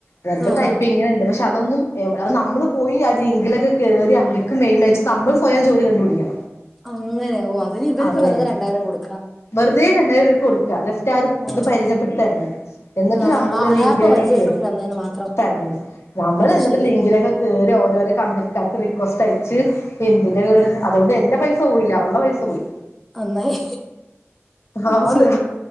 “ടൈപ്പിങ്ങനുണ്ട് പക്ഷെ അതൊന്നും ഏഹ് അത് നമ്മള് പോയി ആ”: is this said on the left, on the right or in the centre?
Left